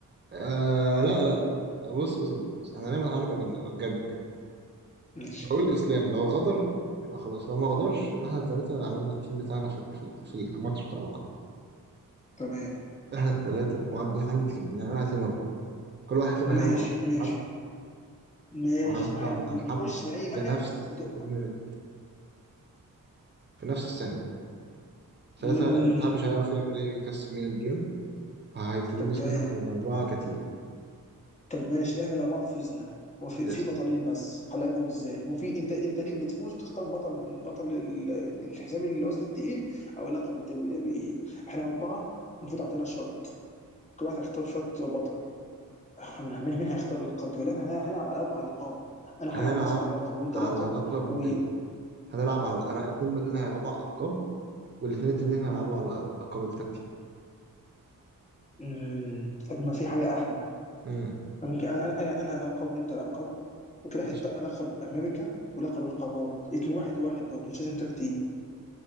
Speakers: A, on the right; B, on the left.
A: آه لا لا لا بص بص بص احنا هنعمل حركة جامدة بقى بجد بجد
B: ماشي
A: هقول الاسلام لو غدر يبقى خلاص لو ما غدرش يبقى احنا التلاتة عملنا التيم بتاعنا في في في الماتش بتاع بكرة
B: تمام
A: احنا التلاتة وعبد الحميد كمان نعملها تيم أربعة كل واحد فينا
B: ماشي
A: هيقف على
B: ماشي
A: حب
B: ماشي
A: وهنطلع
B: تبقى حلوه
A: من
B: دي
A: على
B: واللي
A: الحب
B: يخش من اي ناحيه
A: في نفس
B: بدقه
A: المينت في نفس الثانية ساعتها
B: مم.
A: الاتحاد مش هيعرف يعمل ايه يكسب من الجيم فهيكتبوه
B: طب
A: باسمنا
B: تمام
A: احنا الأربعة كتير
B: طب ماشي احنا لو بعض فزنا هو في
A: يس
B: في بطلين بس هنلعبهم ازاي؟ هو في انت انت ليك بتفوز بتختار بطل من بطل ال- الحزام الوزن التقيل او لقب الدبليو دبليو إيه. احنا اربعه المفروض عندنا شوت كل واحد هيختار شوت وبطل احنا مين مين هيختار اللقب ده ولا احنا هنلعب على اربع القاب انا
A: هنلعب
B: هلعب مثلا على لقب وانت
A: على
B: لقب
A: لقب
B: و...
A: ال... هنلعب على أنا اتنين مننا هيلعبوا على الألقاب والاتنين التانيين هيلعبوا على لقب التكتيم
B: مم. طب ما في حاجة أحلى
A: امم
B: أنا ممكن أنا أنا أنا أنا لقب وأنت لقب وكده
A: ماشي
B: هيتبقى لقب أمريكا ولقب القارات اتنين واحد واحد برضه مش لازم تاك تيم